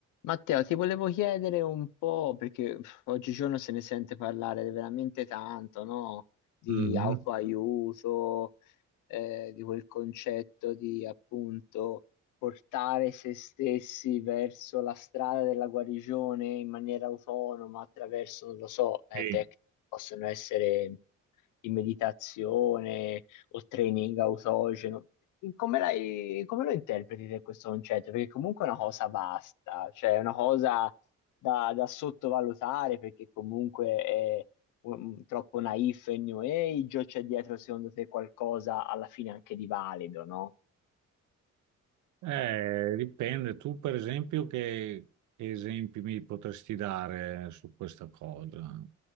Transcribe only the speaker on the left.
Matteo, ti volevo chiedere un po', perché pff, oggigiorno se ne sente parlare veramente tanto, no? Di
autoaiuto, eh, di quel concetto di appunto portare se stessi verso la strada della guarigione in maniera autonoma attraverso, non lo so, eh,
tecniche che possono essere in meditazione o training autogeno. Come, l'hai- come lo interpreti te questo concetto? Perché comunque è una cosa vasta, cioè è una cosa da, da sottovalutare perché comunque è um, troppo naif e new age o c'è dietro secondo te qualcosa alla fine anche di valido, no?